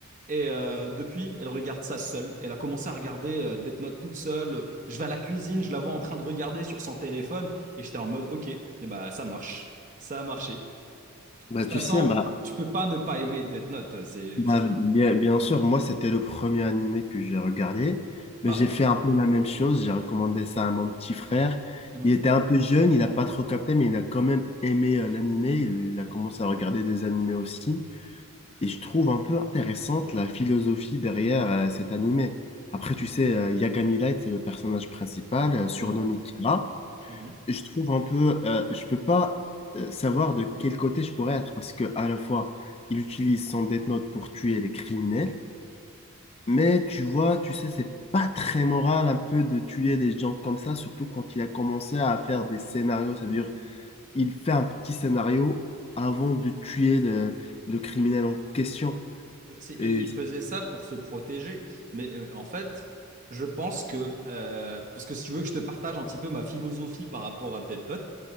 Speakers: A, on the right; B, on the left.
A: Et euh, depuis, elle regarde ça seule. Elle a commencé à regarder euh, Death Note toute seule. Je vais à la cuisine, je la vois en train de regarder sur son téléphone. Et j'étais en mode, ok, et bah, ça marche. Ça a marché. De
B: Bah,
A: toute
B: tu
A: façon,
B: sais, bah,
A: tu peux pas ne pas aimer Death Note. C'est
B: bah,
A: juste une...
B: bien, bien sûr, moi, c'était le premier animé que j'ai regardé.
A: pareil.
B: Mais j'ai fait un peu la même chose, j'ai recommandé ça à mon petit frère.
A: Mhm.
B: Il était un peu jeune, il n'a pas trop capté, mais il a quand même aimé euh, l'animé. Il a commencé à regarder des animés aussi. Et je trouve un peu intéressante la philosophie derrière euh, cet animé. Après, tu sais, euh, Yagami Light, c'est le personnage principal, euh, surnommé
A: Ouais.
B: Kira.
A: Mhm.
B: Et Je trouve un peu, euh, je peux pas euh, savoir de quel côté je pourrais être parce que à la fois, il utilise son Death Note pour tuer les criminels, mais tu vois, tu sais, c'est pas très moral un peu de tuer des gens comme ça, surtout quand il a commencé à faire des scénarios. Ça veut dire, il fait un petit scénario avant de tuer le, le criminel en question.
A: Ben, c'est- il,
B: Et
A: il faisait ça pour se protéger. Mais euh, en fait, je pense que, euh, parce que si tu veux que je te partage un petit peu ma philosophie par rapport à Dead Note,